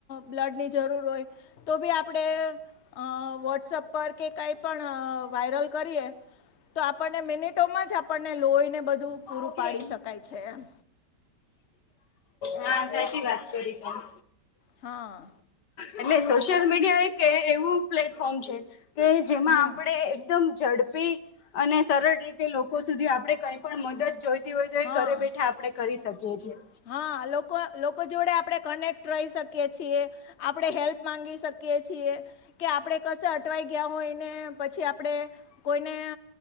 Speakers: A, on the left; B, on the left.
A: બ્લડ ની જરૂર હોય તો ભી આપડે અ વોટ્સઅપ પર કે કાંઈ પણ વાયરલ કરીએ તો આપણને મિનિટોમાં જ આપણને લોહીને બધું પૂરું
B: ઓકે
A: પાડી શકાય છે એમ
B: હા સાચી વાત કરી તમે
A: હા
B: એટલે સોશિયલ મીડિયા એક એવું પ્લેટફોર્મ છે કે જેમાં
A: હમ
B: આપણેે એકદમ ઝડપી અને સરળ રીતે લોકો સુધી આપણે કઈ પણ મદદ જોઈ હોય તો
A: હા
B: એ ઘરે બેઠા આપણે કરી શકીએ છીએ
A: હા લોકો જોડે આપણે કનેક્ટ રહી શકીએ છીએ આપણે હેલ્પ માંગી શકીએ છીએ કે આપણે કશે અટવાઈ ગયા હોયને પછી આપડે કોઈને